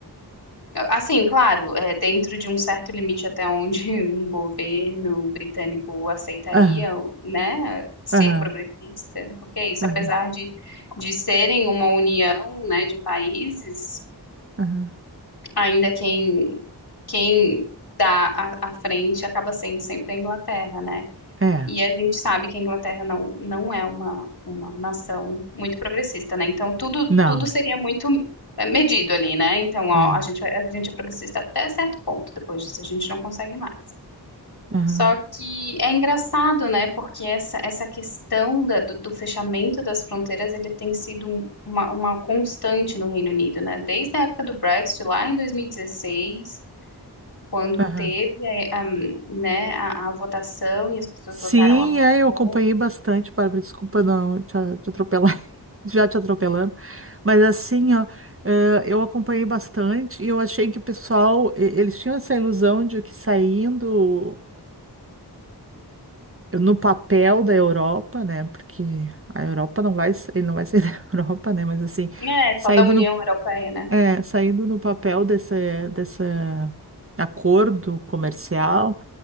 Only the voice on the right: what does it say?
Aham,
aham,
aham,
aham.
É.
Não.
É.
Aham,
aham.
Sim,
é, eu acompanhei bastante, Bárbara, desculpa não te, te atropelar, <laughs> já te atropelando, mas assim, ó, eh, eu acompanhei bastante e eu achei que o pessoal, eh, eles tinham essa ilusão de que saindo no papel da Europa, né? Porque a Europa não vai, ele não vai sair <laughs> da Europa, né? Mas assim,
saindo
no,
é, saindo no papel desse, desse acordo comercial,